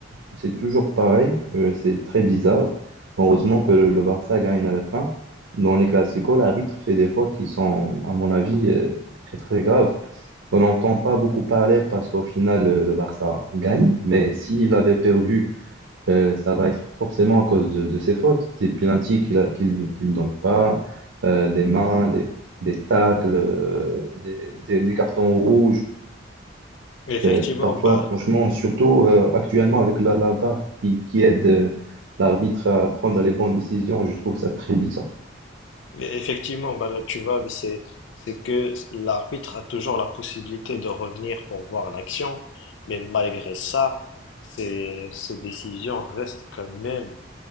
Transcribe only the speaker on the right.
c'est toujours pareil. Euh, c'est très bizarre. Heureusement que le, le Barça gagne à la fin. Dans les classicos, l'arbitre fait des fautes qui sont, à mon avis, euh, très très graves. On n'entend pas beaucoup parler parce qu'au final, le, le Barça gagne. Mais s'il avait perdu, euh, ça va être forcément à cause de, de ses fautes. Des pénaltys qu'il a- qu'il, qu'il donne pas, euh, des mains, des, des tacles, euh, des, des- des cartons rouges.
C'est- Parfois,
franchement, surtout euh, actuellement avec la, la VAR qui, qui aide euh, l'arbitre à prendre les bonnes décisions, je trouve ça très bizarre.